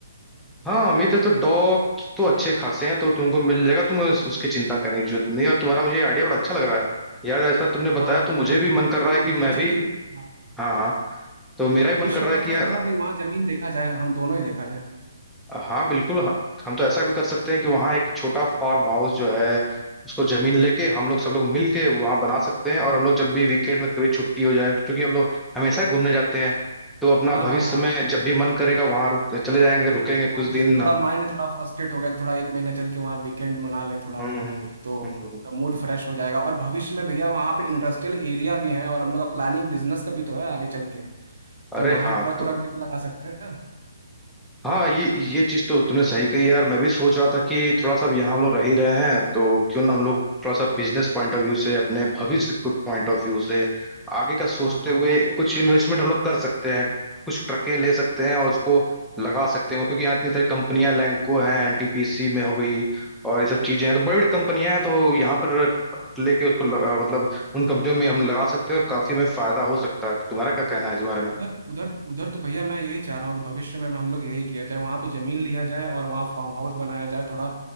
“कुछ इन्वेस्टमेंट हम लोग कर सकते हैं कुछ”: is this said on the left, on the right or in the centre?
Centre